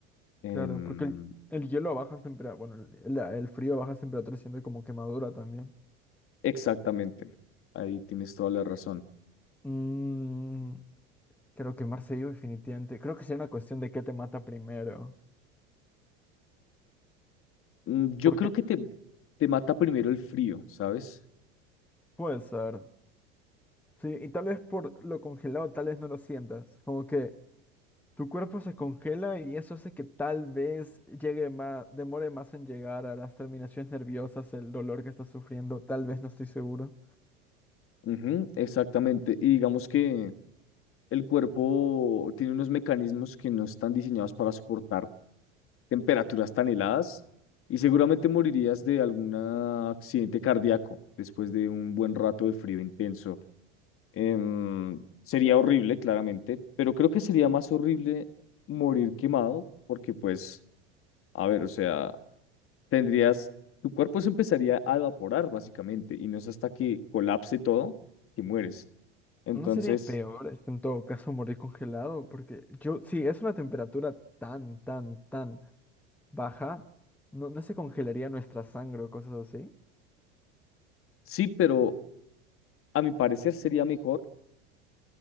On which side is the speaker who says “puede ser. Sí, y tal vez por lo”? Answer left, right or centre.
Centre